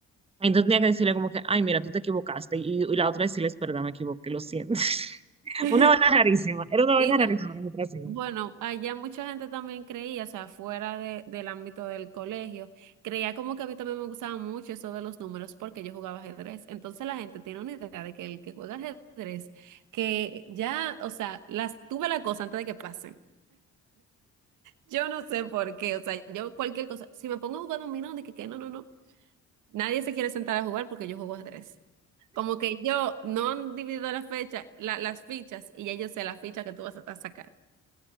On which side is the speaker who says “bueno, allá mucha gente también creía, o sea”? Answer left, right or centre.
Right